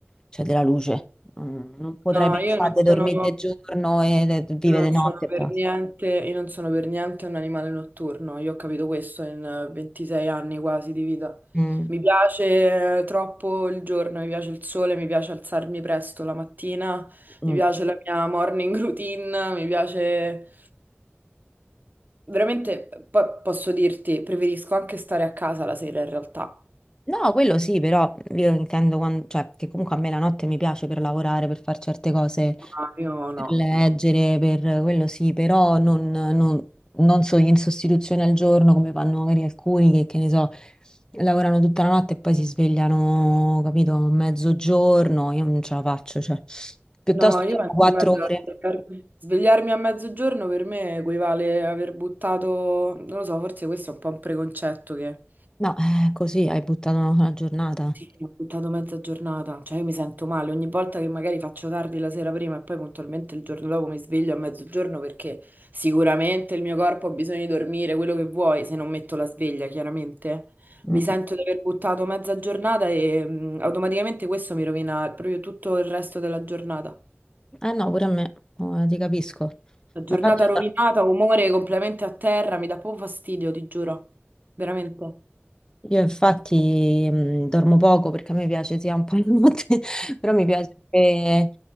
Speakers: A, on the left; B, on the right.
A: cioè, della luce. Mm, Non potrei
B: No,
A: pensare
B: io non
A: di
B: sono...
A: dormire di giorno e di vivere
B: Io non
A: di
B: sono
A: notte
B: per
A: e basta.
B: niente, io non sono per niente un animale notturno, io ho capito questo in eh, 26 anni quasi di vita.
A: Mm,
B: Mi piace eh, troppo il giorno, mi piace il sole, mi piace alzarmi presto la mattina,
A: mm.
B: mi piace la mia morning routine, mi piace... Veramente, po- posso dirti, preferisco anche stare a casa la sera in realtà.
A: No, quello sì, però io intendo quan- cioè, che comunque a me la notte mi piace per lavorare, per fare certe cose
B: Ah, io
A: Per
B: no,
A: leggere,
B: no.
A: per quello sì, però non, non- non so, in sostituzione al giorno come fanno magari alcuni che, che ne so, lavorano tutta la notte e poi si svegliano, capito, a mezzogiorno, io non ce la faccio, cioè, piuttosto
B: No, io
A: dormo
B: penso,
A: quattro
B: guarda,
A: ore.
B: per- svegliarmi a mezzogiorno per me equivale aver buttato, non lo so, forse questo è un po' un preconcetto che
A: No, eh, così hai buttato una, una giornata.
B: sì, ho buttato mezza giornata, cioè io mi sento male ogni volta che magari faccio tardi la sera prima e poi puntualmente il giorno dopo mi sveglio a mezzogiorno perché sicuramente il mio corpo ha bisogno di dormire, quello che vuoi, se non metto la sveglia, chiaramente.
A: Mm.
B: Mi sento di aver buttato mezza giornata e mm, automaticamente questo mi rovina proprio tutto il resto della giornata.
A: Eh no, pure a me, eh, ti capisco.
B: La giornata
A: Ma infatti,
B: rovinata, umore completamente a terra, mi dà proprio fastidio, ti giuro. Veramente.
A: Io infatti mh, dormo poco perché a me piace sia un po' la notte, <laughs> però mi piace pure,